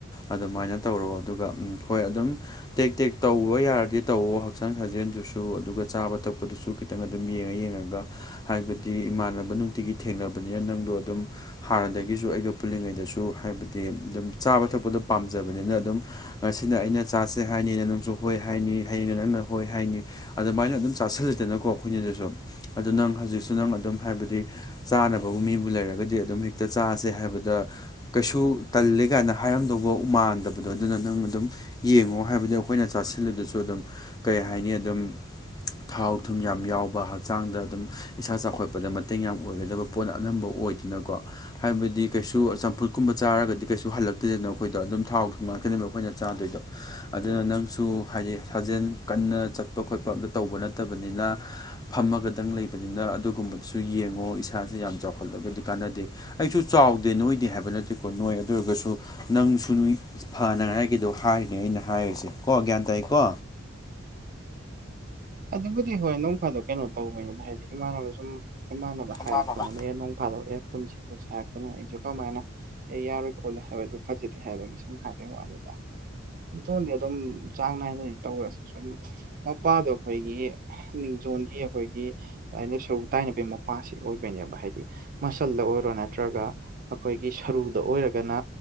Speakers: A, on the left (about 20°); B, on the right (about 45°).
A: ꯑꯗꯨꯃꯥꯏꯅ ꯇꯧꯔꯣ ꯑꯗꯨꯒ ꯍꯣꯏ ꯑꯗꯨꯝ ꯇꯦꯛ ꯇꯦꯛ ꯇꯧꯕ ꯌꯥꯔꯗꯤ ꯇꯧꯋꯣ ꯍꯛꯆꯥꯡ ꯁꯥꯖꯦꯜꯗꯨꯁꯨ ꯑꯗꯨꯒ ꯆꯥꯕ ꯊꯛꯄꯗꯨꯁꯨ ꯈꯤꯇꯪ ꯑꯗꯨꯝ ꯌꯦꯡꯉ ꯌꯦꯡꯉꯒ ꯍꯥꯏꯕꯗꯤ ꯏꯃꯥꯟꯅꯕ ꯅꯨꯡꯇꯤꯒꯤ ꯊꯦꯡꯅꯕꯅꯤꯅ ꯅꯪꯗꯣ ꯑꯗꯨꯝ ꯍꯥꯟꯅꯗꯒꯤꯁꯨ ꯑꯩꯒ ꯄꯨꯜꯂꯤꯉꯩꯗꯁꯨ ꯍꯥꯏꯕꯗꯤ ꯑꯗꯨꯝ ꯆꯥꯕ ꯊꯛꯄꯗꯣ ꯄꯥꯝꯖꯕꯅꯤꯅ ꯑꯗꯨꯝ ꯉꯁꯤꯅ ꯑꯩꯅ ꯆꯥꯥꯁꯦ ꯍꯥꯏꯅꯤꯅ ꯅꯪꯁꯨ ꯍꯣꯏ ꯍꯥꯏꯅꯤ ꯍꯌꯦꯡꯩꯅ ꯅꯪꯅ ꯍꯣꯏ ꯍꯥꯏꯅꯤ ꯑꯗꯨꯃꯥꯏꯅ ꯑꯗꯨꯝ ꯆꯥꯁꯤꯜꯂꯗꯅꯀꯣ ꯑꯩꯈꯣꯏꯅꯤꯗꯁꯨ ꯑꯗꯨ ꯅꯪ ꯍꯧꯖꯤꯛꯁꯨ ꯅꯪ ꯑꯗꯨꯝ ꯍꯥꯏꯕꯗꯤ ꯆꯥꯅꯕꯕꯨ ꯃꯤꯕꯨ ꯂꯩꯔꯒꯗꯤ ꯑꯗꯨꯝ ꯍꯦꯛꯇ ꯆꯥꯁꯦ ꯍꯥꯏꯕꯗꯤ ꯗ ꯀꯩꯁꯨ ꯇꯜꯂꯤ ꯀꯥꯏꯅ ꯍꯥꯏꯔꯝ ꯕꯥꯎ ꯃꯥꯟꯗꯕꯗꯣ ꯑꯗꯨꯅ ꯅꯪ ꯑꯗꯨꯝ ꯌꯦꯡꯉꯣ ꯍꯥꯏꯕꯗꯤ ꯑꯩꯈꯣꯏꯅ ꯆꯥꯁꯤꯜꯂꯗꯨꯁꯨ ꯑꯗꯨꯝ ꯀꯩ ꯍꯥꯏꯅꯤ ꯑꯗꯨꯝ ꯊꯥꯎ ꯊꯨꯝ ꯌꯥꯝ ꯌꯥꯎꯕ ꯍꯛꯆꯥꯡꯗ ꯑꯗꯨꯝ ꯏꯁꯥ ꯆꯥꯎꯈꯠꯄꯗ ꯃꯇꯦꯡ ꯌꯥꯝ ꯑꯣꯏꯒꯗꯕ ꯄꯣꯠꯅ ꯑꯅꯝꯕ ꯑꯣꯏꯗꯅꯀꯣ ꯍꯥꯏꯕꯗꯤ ꯀꯩꯁꯨ ꯆꯝꯐꯨꯠ ꯀꯨꯝꯕ ꯆꯥꯔꯒꯗꯤ ꯀꯩꯁꯨ ꯍꯜꯂꯛꯇꯣꯏꯗꯅ ꯑꯩꯈꯣꯏꯗꯣ ꯑꯗꯨꯝ ꯊꯥꯎ ꯊꯨꯝ ꯉꯥꯛꯀꯅꯦꯕ ꯑꯩꯈꯣꯏꯅ ꯆꯥꯗꯣꯏꯗꯣ ꯑꯗꯨꯅ ꯅꯪꯁꯨ ꯍꯥꯏꯗꯤ ꯁꯥꯖꯦꯜ ꯀꯟꯅ ꯆꯠꯄ ꯈꯣꯠꯄ ꯑꯝꯇ ꯇꯧꯕ ꯅꯠꯇꯕꯅꯤꯅ ꯐꯝꯃꯒꯗꯪ ꯂꯩꯕꯅꯤꯅ ꯑꯗꯨꯒꯨꯝꯕꯗꯨꯁꯨ ꯌꯦꯡꯉꯣ ꯏꯁꯥꯁꯦ ꯌꯥꯝ ꯆꯥꯎꯈꯠꯂꯒꯗꯤ ꯀꯥꯟꯅꯗꯦ ꯑꯩꯁꯨ ꯆꯥꯎꯗꯦ ꯅꯣꯏꯗꯦ ꯍꯥꯏꯕ ꯅꯠꯇꯦꯀꯣ ꯅꯣꯏ ꯑꯗꯨ ꯑꯣꯏꯔꯒꯁꯨ ꯅꯪꯁꯨ ꯅꯨꯏ ꯐꯅꯉꯥꯏꯒꯤꯗꯣ ꯍꯥꯏꯔꯤꯅꯦ ꯑꯩꯅ ꯍꯥꯏꯔꯤꯁꯦ ꯀꯣ ꯒ꯭ꯌꯥꯟ ꯇꯥꯏꯀꯣ
B: ꯑꯗꯨꯕꯨꯗꯤ ꯍꯣꯏ ꯅꯣꯡ ꯐꯥꯗꯣꯛ ꯀꯩꯅꯣ ꯇꯧꯕꯅꯤꯅ ꯍꯥꯏꯗꯤ ꯏꯃꯥꯟꯅꯕ ꯁꯨꯝ ꯏꯃꯥꯟꯅꯕ ꯍꯥꯏꯔꯛꯄꯅꯤꯅ
A: ꯃꯥꯅꯕ
B: ꯑꯦ ꯅꯣꯡ ꯐꯥꯗꯣꯛ ꯑꯦ ꯄꯨꯟꯁꯤ ꯈꯣꯠꯁꯤ ꯍꯥꯏꯔꯛꯄꯅꯣ ꯑꯩꯁꯨ ꯀꯃꯥꯏꯅ ꯑꯦ ꯌꯥꯔꯣꯏ ꯈꯣꯠꯂꫭꯏ ꯍꯥꯏꯕꯗꯨ ꯐꯖꯗꯦ ꯍꯥꯏꯕꯒꯤ ꯁꯨꯝ ꯍꯥꯏꯕꯩ ꯋꯥꯅꯦꯗ ꯏꯇꯣꯟꯗꯤ ꯑꯗꯨꯝ ꯆꯥꯡ ꯅꯥꯏꯅ ꯇꯧꯔꯁꯨ ꯁꯨꯝ ꯃꯄꯥꯗꯣ ꯑꯩꯈꯣꯏꯒꯤ ꯅꯤꯡꯖꯣꯟꯒꯤ ꯑꯩꯈꯣꯏꯒꯤ <unintelligible> ꯁꯔꯨꯛ ꯇꯥꯏꯅꯕꯒꯤ ꯃꯄꯥꯁꯤ ꯑꯣꯏꯕꯅꯦꯕ ꯍꯥꯏꯗꯤ ꯃꯁꯜꯗ ꯑꯣꯏꯔꯣ ꯅꯠꯇ꯭ꯔꯒ ꯑꯩꯈꯣꯏꯒꯤ ꯁꯔꯨꯗ ꯑꯣꯏꯔꯒꯅ